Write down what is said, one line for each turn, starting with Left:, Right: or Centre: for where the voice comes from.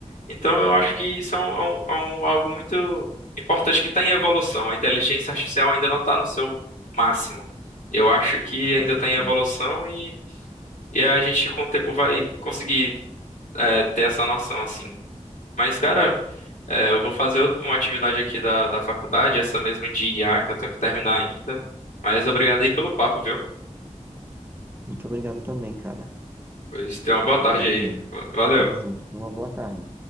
Left: Então eu acho que isso é, um, é um- é um- algo muito importante que está em evolução. A inteligência artificial ainda não está no seu máximo. Eu acho que ainda
Right: com certeza.
Left: está em evolução e, e a gente com o tempo vai conseguir eh, ter essa noção assim. Mas, cara, é, eu vou fazer out- uma atividade aqui da, da faculdade, essa mesmo de IA que eu tenho que terminar ainda. Mas obrigado aí pelo papo, viu?
Right: Muito obrigado também, cara.
Left: Pois tenha uma
Right: Muito
Left: boa tarde
Right: obrigado
Left: aí.
Right: mesmo.
Left: Va- Valeu.
Right: Tamo junto. Tenha uma boa tarde.